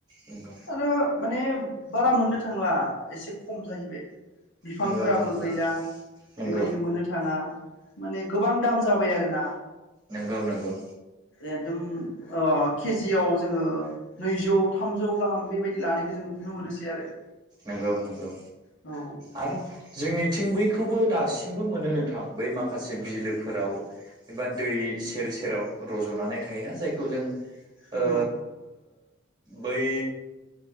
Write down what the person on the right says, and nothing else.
नंगौ
नंगौ नंगौ नंगौ
नंगौ
नोंगौ नोंगौ
नंगौ नंगौ
आरो जोंनिथिं बैखौबो दासिमबो मोनो नोंथां बै माखासे बिलोफोराव एबा दै सेर सेराव रज'नानै थायोना जायखौ जों
ओ बै